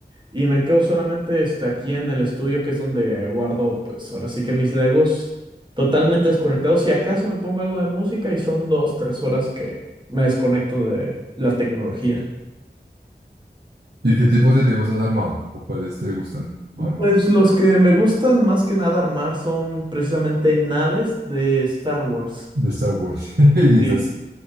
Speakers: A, on the right; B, on the right.
A: y me quedo solamente este, aquí en el estudio, que es donde guardo, pues ahora sí que mis Legos totalmente desconectados. Si acaso me pongo algo de música y son dos, tres horas que me desconecto de la tecnología.
B: ¿Y qué tipos de Legos has armado o cuáles te gustan armar?
A: Pues los que me gustan más que nada armar son precisamente naves de Star Wars.
B: de Star Wars. <laughs> Y
A: Y
B: esas,